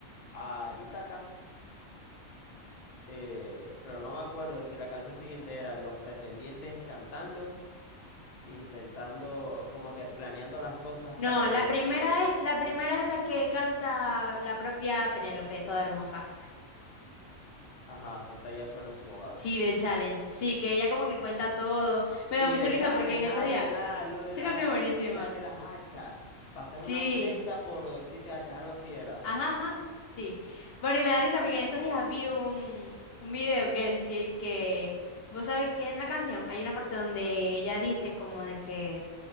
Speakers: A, on the left; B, on the left.
A: a Ítaca. eh, pero no me acuerdo si la canción siguiente era Los pretendientes cantando, intentando, como que planeando las cosas
B: No,
A: pa- en,
B: la primera es, la primera es la que canta la propia Penélope, toda hermosa.
A: ajá, que está ya sola en su hogar.
B: Sí, de Challenge. Sí, que ella como que cuenta todo. Me
A: Sí,
B: da mucha
A: de
B: risa
A: Challenge,
B: porque en
A: la
B: estos días
A: verdad, lo de
B: se
A: la,
B: canción es buenísima.
A: la de las hachas, pasar
B: Sí,
A: una flecha por siete hachas, algo así era.
B: ajá, ajá, sí. Bueno, y me da risa porque en estos días vi un, un video que decía y que, vos sabés que en la canción hay una parte donde ella dice como de que,